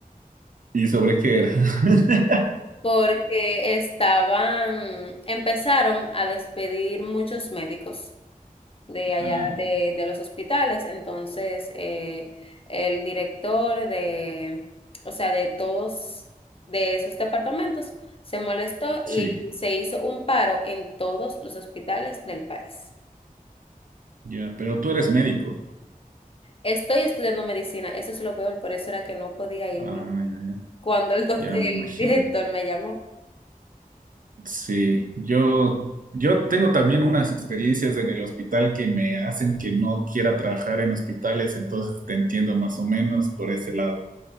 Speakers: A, on the right; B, on the left.
A: ¿Y sobre qué era? <laughs>
B: Porque estaban, empezaron a despedir muchos médicos. de allá
A: Ah,
B: de, de los hospitales. Entonces, eh, el director de, o sea, de todos de esos departamentos se molestó
A: sí,
B: y se hizo un paro en todos los hospitales del país.
A: ya. Pero tú eres médico.
B: Estoy estudiando medicina, eso es lo peor, por eso era que no podía irme
A: Ah, ya,
B: cuando el doc-
A: ya
B: el
A: me imagino.
B: director me llamó.
A: Sí, yo, yo tengo también unas experiencias en el hospital que me hacen que no quiera trabajar en hospitales, entonces te entiendo más o menos por ese lado.